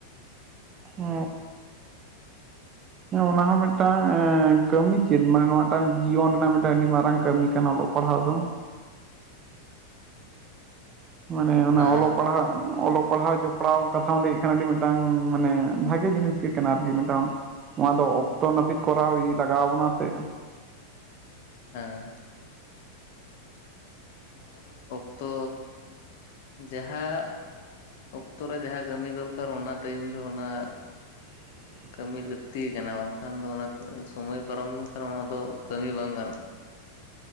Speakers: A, on the right (about 30°); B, on the left (about 50°).
A: ᱚ, ᱦᱮᱸ ᱚᱱᱟ ᱦᱚᱸ ᱢᱤᱫᱴᱟᱝ ᱮᱸ ᱠᱟᱹᱢᱤ ᱪᱮᱫ? ᱢᱟᱱᱮ ᱱᱚᱣᱟᱴᱟᱝ ᱡᱤᱭᱚᱱ ᱨᱮᱱᱟᱜ ᱢᱤᱫᱴᱟᱝ ᱟᱹᱰᱤ ᱢᱟᱨᱟᱝ ᱠᱟᱹᱢᱤ ᱠᱟᱱᱟ ᱚᱞᱚᱜ ᱯᱟᱲᱦᱟᱣ ᱫᱚ, ᱢᱟᱱᱮ ᱚᱱᱟ
B: ᱦᱮᱸ
A: ᱚᱞᱚᱜ ᱯᱟᱲᱦᱟᱜ, ᱚᱞᱚᱜ ᱯᱟᱲᱦᱟᱣ ᱡᱚ ᱡᱚᱯᱲᱟᱣ ᱠᱟᱛᱷᱟᱢ ᱞᱟᱹᱭᱮᱫ ᱠᱷᱟᱱ ᱟᱹᱰᱤ ᱢᱤᱫᱴᱟᱝ ᱢᱟᱱᱮ ᱵᱷᱟᱜᱮ ᱡᱤᱱᱤᱥ ᱜᱮ ᱠᱟᱱᱟ ᱟᱨᱠᱤ᱾ ᱢᱤᱫᱴᱟᱝ ᱱᱚᱣᱟ ᱫᱚ ᱚᱠᱛᱚ ᱱᱟᱹᱯᱤᱛ ᱠᱚᱨᱟᱣ ᱤᱫᱤ ᱞᱟᱜᱟᱣ ᱟᱵᱚᱱᱟ ᱥᱮ?
B: ᱦᱮᱸ᱾ ᱱᱚᱣᱟ ᱫᱚ, ᱚᱠᱛᱚ, ᱡᱟᱦᱟᱸ ᱚᱠᱛᱚ ᱨᱮ ᱡᱟᱦᱟᱸ ᱠᱟᱹᱢᱤ ᱫᱚᱨᱠᱟᱨ, ᱚᱱᱟ ᱴᱟᱭᱤᱢ ᱨᱮ ᱚᱱᱟ
A: <inaudible>
B: ᱠᱟᱹᱢᱤ ᱞᱟᱹᱠᱛᱤ ᱜᱮ ᱠᱟᱱᱟ ᱵᱟᱝᱠᱷᱟᱱ ᱫᱚ ᱚᱱᱟ ᱥᱚᱢᱚᱭ ᱯᱟᱨᱚᱢ ᱞᱮᱱᱠᱷᱟᱱ ᱚᱱᱟ ᱫᱚ ᱠᱟᱹᱢᱤ ᱵᱟᱝ ᱜᱟᱱᱚᱜᱼᱟ᱾